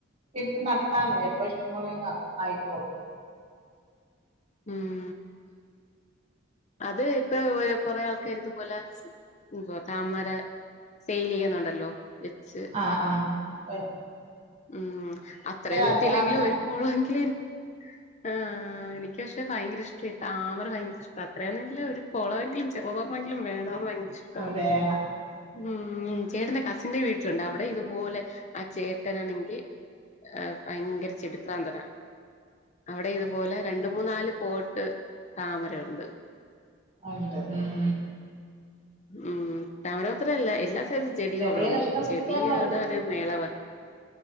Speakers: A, on the right; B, on the left.
A: ഇട്ട് നട്ടാൽ മതി അപ്പൊ ഇഷ്ടംപോലെ ആയിക്കോളും
B: ഉം അത് പ്പോ ഇവെ കുറെ ആൾക്കാർക്കും തുപോലെ ന്തുവ താമര സെയിൽ ചെയ്യുന്നുണ്ടല്ലോ വെച്ച്
A: ആഹ് ആഹ് വ
B: ഉം അത്രയും നിത്തിയില്ലെങ്കിലും
A: അത് അങ്ങനെ
B: ഒരു പോളെങ്കിലും ആ എനിക്ക് പക്ഷെ ഭയങ്കര ഇഷ് ടാ താമര ഭയങ്കര ഇഷ്ടാ അത്രയണെങ്കിലേ ഒരു കൊളമെങ്കിലും ചെറുതൊരണ്ണമെങ്കിലും വേണന്ന് ഭയങ്കര ഇഷ്ടാ
A: വേണം
B: ഉം ചേട്ടന്റെ കസിന്റെ വീട്ട ണ്ടു അവിടെ ഇതുപോലെ ആ ചേ ട്ടനാണെങ്കിൽ ഭയങ്കര ചെടിപ്രാന്തനാ അവിടെ ഇതുപോലെ രണ്ട മൂന്ന നാല പോട്ട് താമരുണ്ട്
A: ഉണ്ട് ഉം
B: ഉം താമരത്രല്ല എല്ലാ അതത് ചെടിയും
A: ചെറിയ
B: അവിടെ ഉണ്ട്
A: കഷ്ണം
B: ചെടിയടെ
A: വെച്ചാ മതി
B: ഒരു മേളവ